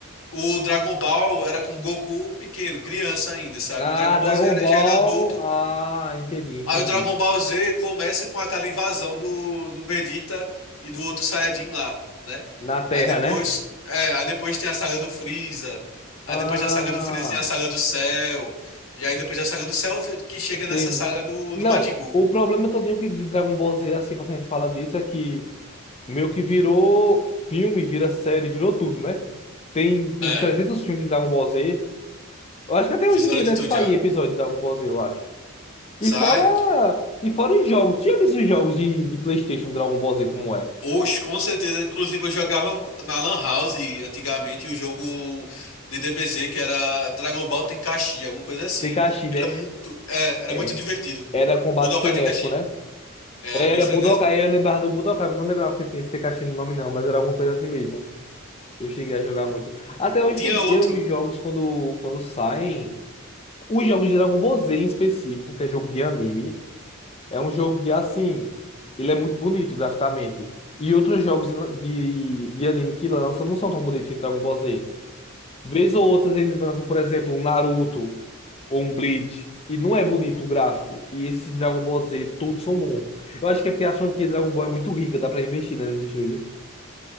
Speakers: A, on the left; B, on the left.
A: O Dragon Ball era com o Goku pequeno, criança ainda, sabe?
B: Ah,
A: O Dragon Ball
B: Dragon
A: Z era,
B: Ball.
A: já ele adulto,
B: Ah, entendi, entendi.
A: Aí o Dragon Ball Z começa com aquela invasão do, do Vegeta e do outro Saiyajin lá, né?
B: Na Terra,
A: Aí depois,
B: né?
A: é, aí depois tem a saga do Freeza. Aí
B: Ah.
A: depois da saga do Freeza tem a saga do Cell. E aí depois da saga do Cell que chega
B: Tem...
A: nessa saga do,
B: Não,
A: do Majin Buu.
B: o problema todinho que de Dragon Ball Z, assim, quando a gente fala disso, é que meio que virou filme, vira série, virou tudo, né? Tem
A: É,
B: uns 300 filmes de Dragon Ball Z. Eu acho que até
A: fizeram
B: hoje em dia
A: de
B: deve
A: tudo
B: sair
A: já.
B: episódio de Dragon Ball Z, eu acho.
A: Sai,
B: E fora, e fora os jogos. Tu já viu os jogos de, de PlayStation Dragon Ball Z como é?
A: Oxe, com certeza. Inclusive, eu jogava na Lan House antigamente o jogo de DBZ que era Dragon Ball Tenkaichi, alguma coisa assim.
B: Tem Kashi,
A: Era
B: né?
A: muito, é, era
B: É.
A: muito divertido.
B: Era combate
A: Budokai
B: frenético,
A: Tenkaichi.
B: né?
A: É,
B: Era
A: Era bem frenético.
B: Budokai, eu lembrava do Budokai, mas não lembrava que tinha esse Tekashi no nome, não, mas era alguma coisa assim mesmo. Eu cheguei a jogar muito. Até hoje
A: Tinha
B: em dia,
A: outro,
B: os jogos, quando, quando saem, os jogos de Dragon Ball Z em específico, que é jogo de anime, é um jogo que, assim, ele é muito bonito graficamente. E outros jogos de, de, de anime que lançam não são tão bonitos que Dragon Ball Z. Vez ou outra, eles lançam, por exemplo, um Naruto ou um Bleach, e não é bonito o gráfico. E esses Dragon Ball Z, todos são bons. Eu acho que é porque a franquia Dragon Ball é muito rica, dá pra investir, né, nos estúdios.